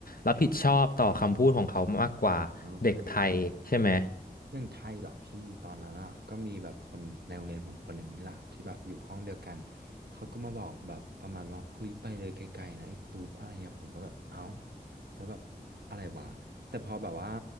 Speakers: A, on the left; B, on the right.
A: รับผิดชอบต่อคำพูดของเขามากกว่าเด็กไทยใช่ไหม
B: อ่าโอเคอ อย่างไทยเหรอพี่ตอนนั้นอ่ะก็มีแบบคนในโรงเรียนผมคนหนึ่งนี่แหละที่แบบอยู่ห้องเดียวกันเขาก็มาบอกแบบประมาณว่าเฮ้ยไปเลยไกลๆนะไอ้ตูดอะไรเงี้ยผมก็แบบเอ้าแล้วแบบอะไรวะแต่พอแบบว่า